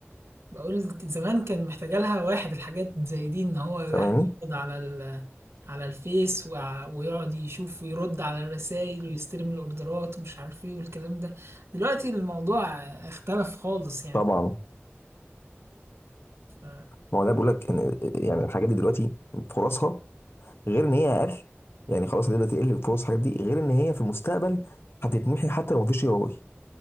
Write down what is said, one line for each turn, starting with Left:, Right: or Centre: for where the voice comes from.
Right: بقول زمان كان محتاجة لها واحد الحاجات زي دي ان هو واحد
Left: سامعني
Right: يقعد على ال على الفيس وع- ويقعد يشوف ويرد على الرسائل ويستلم الاوردرات ومش عارف ايه والكلام ده دلوقتي الموضوع اختلف خالص يعني
Left: طبعا
Right: ف-
Left: ما هو ده بيقول لك ان يعني الحاجات دي دلوقتي فرصها غير ان هي اقل يعني خلاص هتبدا تقل فرص الحاجات دي غير ان هي في المستقبل هتتمحي حتى لو مفيش اي اي